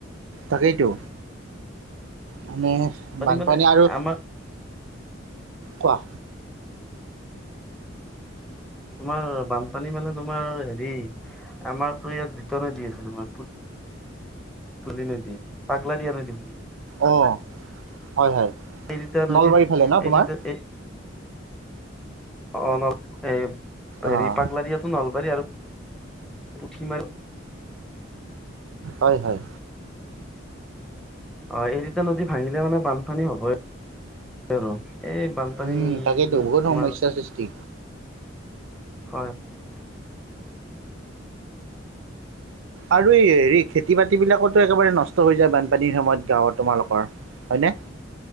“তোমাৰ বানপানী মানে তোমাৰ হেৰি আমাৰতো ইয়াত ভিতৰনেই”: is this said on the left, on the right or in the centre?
Centre